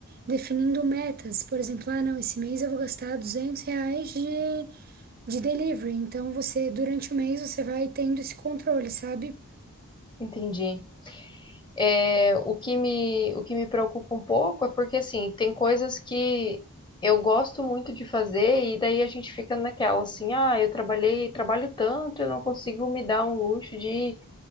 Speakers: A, on the right; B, on the left.
A: definindo metas. Por exemplo, ah, não, esse mês eu vou gastar 200 reais de, de delivery. Então, você, durante o mês, você vai tendo esse controle, sabe?
B: Entendi. É, o que me, o que me preocupa um pouco é porque, assim, tem coisas que eu gosto muito de fazer e daí a gente fica naquela, assim, ah, eu trabalhei, trabalho tanto, eu não consigo me dar um luxo de,